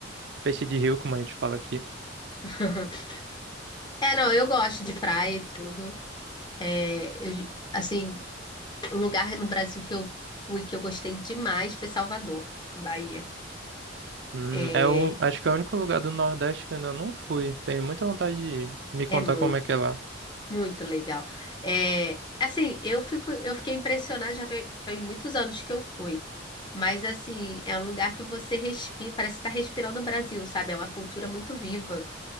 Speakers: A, on the right (about 60°); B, on the left (about 25°).
A: peixe de rio, como a gente fala aqui.
B: <laughs> É, não, eu gosto de praia e tudo. É, eu- assim, o lugar no Brasil que eu fui, que eu gostei demais, foi Salvador, Bahia.
A: Hum,
B: É,
A: é o, acho que é o único lugar do Nordeste que eu ainda não fui. Tenho muita vontade de ir. Me contar
B: é muito,
A: como é que é lá.
B: muito legal. É, assim, eu fico, eu fiquei impressionada, já tem- foi muitos anos que eu fui. Mas, assim, é um lugar que você respira, parece estar respirando o Brasil, sabe? É uma cultura muito viva.